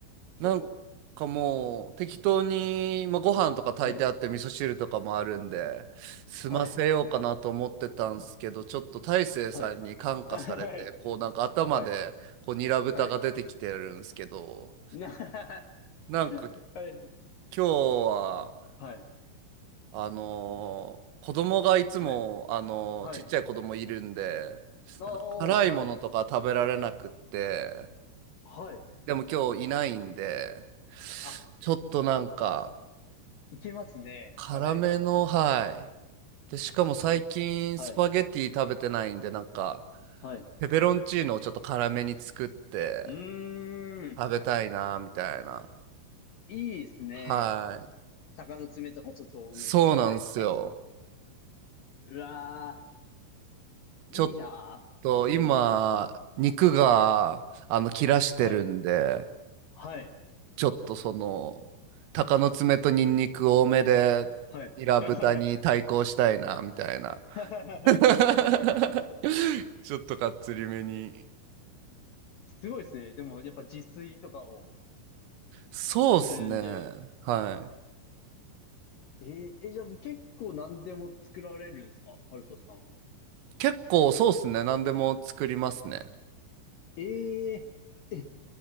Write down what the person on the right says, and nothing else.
なん
かもう適当に、まあ、ご飯とか炊いてあって味噌汁とかもあるんで、
済ませようかなと思ってたんですけど、
ちょっと大成さんに感化されて、
こうなんか頭でこうニラ豚が出てきてるんですけど、
なんか今
日は、
あのー子供がいつも、
あのーちっちゃい子供いるんで、
なんか辛いものとか食べられなくって、
でも今日いないんで、
ちょっとなんか、
辛めの、
はい。で、しかも最近スパゲティ食べてないんで、
なんか、
ペペロンチーノをちょっと辛めに作って
食べたいな、みたいな。
はい。
そうなんですよ。
ちょっと今、
肉が、
あの、切らしてるんで、
ちょっとその、鷹の爪とニンニク多めで、
ニラ豚に対抗したいな、
みたいな。
<laughs> ちょっとかっつりめに。
そうっすね。
はい。
結構そうっすね。何でも作りますね。